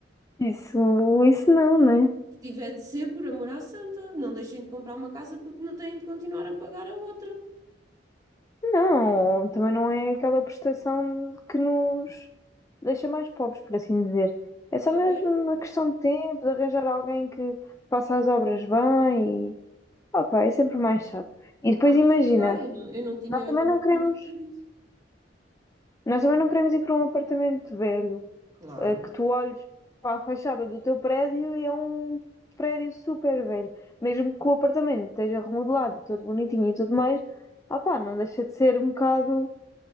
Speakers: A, on the left; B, on the right.
A: isso, isso não, né?
B: Se tiver de ser, por amor à santa, não deixem de comprar uma casa porque não têm de continuar a pagar a outra.
A: Não, também não é aquela prestação que nos deixa mais pobres, por assim dizer. É só
B: Está
A: mesmo
B: bem?
A: uma questão de tempo, de arranjar alguém que faça as obras bem e. Opa, é sempre mais chato. E
B: Opa,
A: depois
B: mas
A: imagina,
B: sei lá, eu não, eu não tinha,
A: nós também
B: eu não
A: não
B: tinha
A: queremos,
B: percebido isso.
A: nós também não queremos ir para um apartamento velho,
B: Claro,
A: eh, que tu olhes para a fachada do teu prédio e é um prédio super velho. Mesmo que o apartamento esteja remodelado, todo bonitinho e tudo mais, opa, não deixa de ser um bocado